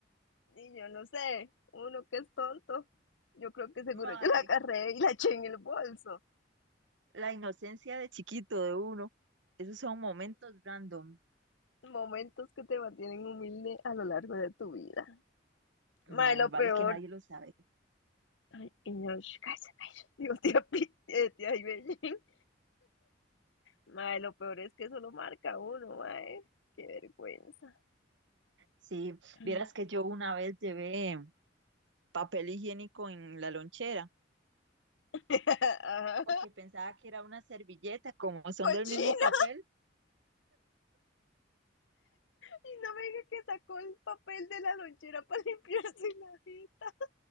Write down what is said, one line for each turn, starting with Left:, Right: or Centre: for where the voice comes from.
Left: Y yo no sé, uno que es tonto. Yo creo que seguro
Right: Mae,
Left: yo la agarré y la eché en el bolso.
Right: la inocencia de chiquito de uno, esos son momentos random,
Left: Momentos que te mantienen humilde a lo largo de tu vida. Mae,
Right: mae,
Left: lo
Right: vale
Left: peor
Right: que nadie lo sabe.
Left: Ay, y yo, "Sh, cállese, cállese". <laughs> Digo, tía, Pi- eh, tía Ibellín, <laughs> mae, lo peor es que eso lo marca uno, mae. Qué vergüenza.
Right: Sí,
Left: Mm.
Right: vieras que yo una vez llevé papel higiénico en la lonchera
Left: <laughs> Ajá,
Right: porque pensaba que era una servilleta, como son
Left: Cochina.
Right: del mismo papel.
Left: Y no me diga que sacó el papel de la lonchera para <laughs> limpiarse la jeta.